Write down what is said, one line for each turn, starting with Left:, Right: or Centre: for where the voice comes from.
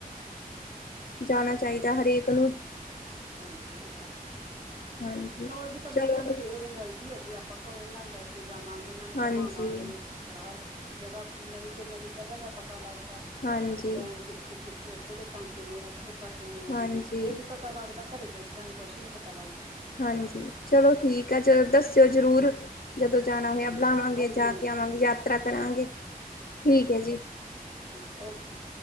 Left: ਜਾਣਾ ਚਾਈਦਾ ਹਰੇਕ ਨੂੰ।
Right: ਹਾਂਜੀ, ਏ ਤਾਂ ਹੈ।
Left: ਹਾਂਜੀ
Right: ਮੌਜ ਤਾਂ
Left: ਚਲੋ
Right: ਬੱਚਿਆਂ ਨੂੰ ਫੇਰ ਹੀ ਮਿਲਦੀ ਏ ਜੇ ਆਪਾਂ ਆਪਾਂ ਘਰੋਂ ਇਹਨਾਂ ਨੋ ਲੈ ਕੇ ਜਾਵਾਂਗੇ, ਇਨਾਂ ਨੂੰ
Left: ਹਾਂਜੀ
Right: ਘੁੰਮਾਵਾਂਗੇ, ਫਿਰ ਹਰ ਜਗ੍ਹਾ ਨਵੀਂ ਤੋਂ ਨਵੀਂ ਜਗ੍ਹਾ ਦਾ ਪਤਾ ਲੱਗਦਾ,
Left: ਹਾਂਜੀ
Right: ਕਿੱਦਾਂ ਏ ਕਿਸ ਤੇ ਕਿਸ ਤੇ ਕਿਹੜੇ ਥਾਂ ਕਿਵੇਂ ਆ, ਕਿਹੜੇ ਥਾਂ ਕਿਵੇਂ
Left: ਹਾਂਜੀ
Right: ਆ ਫੇਰ ਈ ਪਤਾ ਲੱਗਦਾ ਘਰੇ ਬੈਠਿਆਂ ਨੂੰ ਕੁੱਛ ਨੀ ਪਤਾ ਲੱਗਦਾ।
Left: ਹਾਂਜੀ, ਚਲੋ ਠੀਕ ਆ ਚਲੋ ਦੱਸਿਓ ਜ਼ਰੂਰ। ਜਦੋਂ ਜਾਣਾ ਹੋਇਆ
Right: ਠੀਕ
Left: ਬਲਾਵਾਂਗੇ
Right: ਹਾਂਜੀ
Left: ਜਾ
Right: ਹਾਂਜੀ
Left: ਕੇ ਆਵਾਂਗੇ ਯਾਤਰਾ ਕਰਾਂਗੇ, ਠੀਕ ਹੈ ਜੀ।
Right: ਠੀਕ, ਓਕੇ।